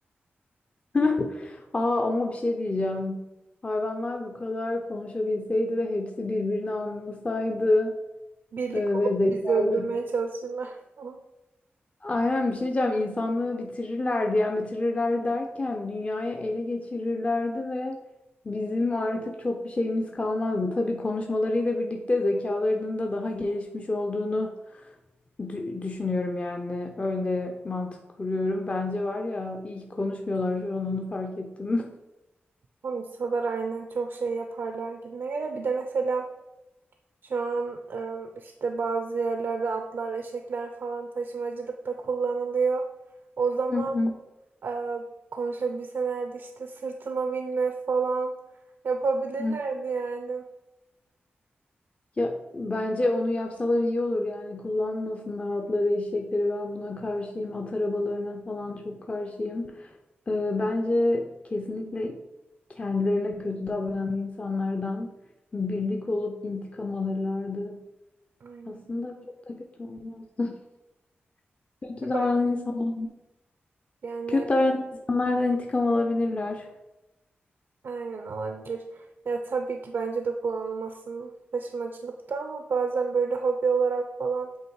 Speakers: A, on the left; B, on the right.
A: <laughs> Aa, ama bir şey diyeceğim. Hayvanlar bu kadar konuşabilseydi ve hepsi birbirini anlasaydı
B: Birlik
A: e, ve
B: olup
A: zekalı.
B: bizi öldürmeye çalışırlar falan.
A: Aynen bir şey diyeceğim. İnsanlığı bitirirlerdi. Yani bitirirler derken dünyayı ele geçirirlerdi ve bizim artık çok bir şeyimiz kalmazdı. Tabii konuşmalarıyla birlikte zekalarının da daha gelişmiş olduğunu Dü- düşünüyorum yani öyle mantık kuruyorum. Bence var ya iyi ki konuşmuyorlar şu an onu fark ettim.
B: Konuşsalar aynen çok şey yaparlar gibi. Bir de mesela Şu an em, işte bazı yerlerde atlar, eşekler falan taşımacılıkta kullanılıyor. O zaman
A: <laughs> Hı hı,
B: e, konuşabilselerdi işte sırtıma binme falan yapabilirlerdi
A: hı.
B: yani.
A: Ya bence onu yapsalar iyi olur yani kullanmasınlar atları eşekleri ben buna karşıyım at arabalarına falan çok karşıyım. Ee, bence kesinlikle kendilerine kötü davranan insanlardan birlik olup intikam alırlardı.
B: Aynen.
A: Aslında çok da kötü olmaz. <laughs> Kötü
B: Ben,
A: davranan insanlar,
B: yani
A: kötü davranan insanlardan intikam alabilirler.
B: aynen olabilir. Ya tabii ki bence de kullanılmasın taşımacılıkta ama bazen böyle hobi olarak falan